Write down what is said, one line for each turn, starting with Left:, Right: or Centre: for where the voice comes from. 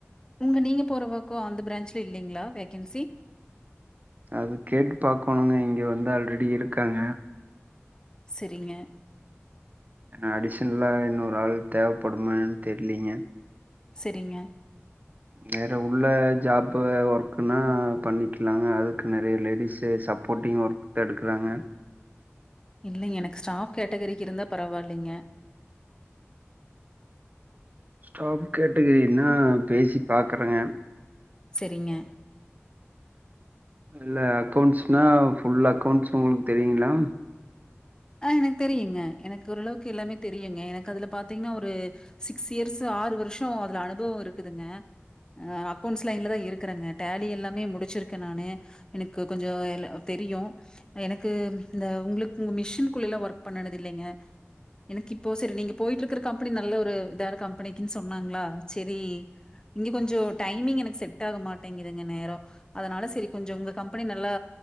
Left: உங்க நீங்க போறவக்கு அந்த ப்ரான்ச்ஜல இல்லைங்களா ஃவேகன்சி
Right: அது கேட்டு பாக்கணுங்க இங்க வந்து ஆல்ரெடி இருக்காங்க
Left: செரிங்க
Right: அடிஷினலா இன்னொரு ஆள் தேவைப்படுமா எண்ண னுதெரியலீங்க
Left: செரிங்க
Right: வேற உள்ள ஜாப் ஒர்க்கன்னா பண்ணிக்கலாங்க அதுக்கு நெறையா லேடிஸு சப்போர்ட்டிங் ஒர்க் எடுக்குறாங்க
Left: இல்லைங்க எனக்கு ஸ்டாப் கேட்டகிரிக்கு இருந்தா பரவாயில்லைங்க
Right: ஸ்டாப் கேட்டகிரனா பேசி பாக்குறேங்க
Left: செரிங்க
Right: இல் அக்கௌண்ட்ஸ்னா ஃபுல் அக்கௌண்ட்ஸ் உங்களுக்கு தெரியுங்களா
Left: ஆ எனக்கு தெரியுங்க எனக்கு ஓரளவுக்கு எல்லாமே தெரியுங்க எனக்கு அதுல பாத்தீங்கன்னா ஒரு சிக்ஸ் இயர்ஸ் ஆறு வருஷோ அதுல அனுபவோ இருக்குதுங்க அக்கவுன்ஸ் லைன்லதா இருக்குறேங்க ஃடேலி எல்லாமே முடிச்சிருக்கே நானு எனக்கு கொஞ்சோ தெரியும் எனக்கு இந்த உங்களுக்கு உ மிஷின் குல்ல ஒர்க் பண்ணது இல்லைங்க எனக்கு இப்போ செரி நீங்க போயிட்டு இருக்குற கம்பெனி நல்ல ஒரு இதாவது கம்பெனிக்குன்னு சொன்னாங்களா சரி இங்க கொஞ்சம் டைமிங் எனக்கு செட் ஆக மாட்டேங்குதுங்க நேரோ அதனால சரி கொஞ்சம் உங்க கம்பெனி நல்லா